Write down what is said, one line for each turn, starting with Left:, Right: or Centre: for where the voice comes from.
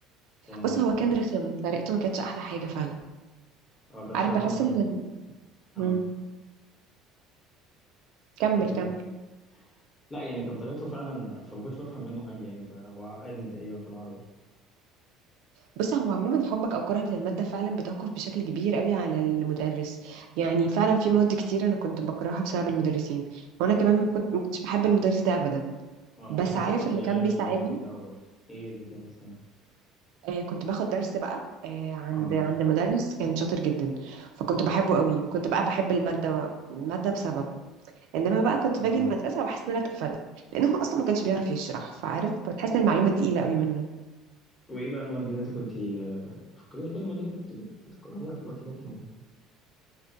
Left: كان
Right: بص هو كان رخم طريقته ما كانتش احلى حاجة فعلا
Left: اه كان
Right: عارف
Left: شرحه
Right: بحس
Left: ف...
Right: ان ال-
Left: اه
Right: أمم. كمل
Left: كنت
Right: كمل
Left: بت... لا يعني كان طريقته فعلا فما كنتش بفهم منه حاجه يعني فهو عقدني تقريبا في العربي
Right: بص هو عموما حبك او كرهك للمادة فعلا بتوقف بشكل كبير قوي على المدرس يعني فعلا في مواد كتير انا كنت بكرهها بسبب المدرسين وانا كمان ما كنت- ما كنتش بحب المدرس ده ابدا
Left: اه
Right: بس
Left: وبالذات
Right: عارف
Left: في الايام
Right: اللي كان بيساعدني
Left: اللي هي في الاول ايه اللي كان بيسمع
Right: آه، كنت باخد درس بقى آه، عند
Left: اه
Right: عند مدرس كان شاطر جدا فكنت بحبه قوي وكنت بقى بحب المادة المادة بسببه انما بقى كنت
Left: مم.
Right: باجي المدرسة بحس ان انا اتقفلت لانه هو اصلا ما كانش بيعرف يشرح فعارف فبتحس ان المعلومة تقيلة قوي منه
Left: وايه بقى المواد اللي انت كنت آه، فكرني كده المواد اللي انت كنت بت- بتكرهيها في الوقت ده كان ايه؟